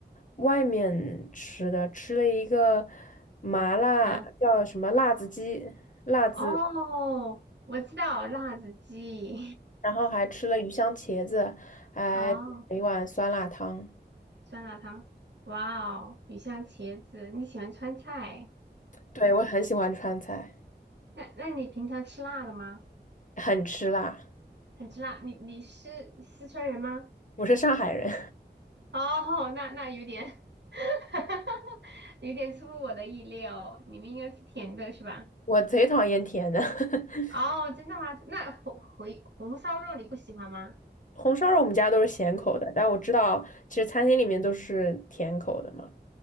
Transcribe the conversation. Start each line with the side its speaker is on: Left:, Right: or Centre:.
Left: 外面吃的，吃了一个麻辣叫什么辣子鸡，
Right: 啊，
Left: 辣子
Right: 哦，我知道辣子鸡。
Left: 然后还吃了鱼香茄子，还点了一碗酸辣汤。
Right: <laughs> 哦，酸辣汤。哇哦，鱼香茄子。你喜欢川菜？
Left: 对，我很喜欢川菜，
Right: <laughs> 那那你平常吃辣的吗？
Left: 很吃辣。
Right: 很吃辣。你你是四川人吗？
Left: 我是上海人，
Right: 哦，那那有点 <laughs> 有点出乎我的意料，你们应该吃甜的是吧？
Left: <laughs> 我贼讨厌甜的。<laughs>
Right: 哦，真的吗？那红回红烧肉你不喜欢吗？
Left: 红烧肉我们家都是咸口的，但我知道其实餐厅里面都是甜口的嘛。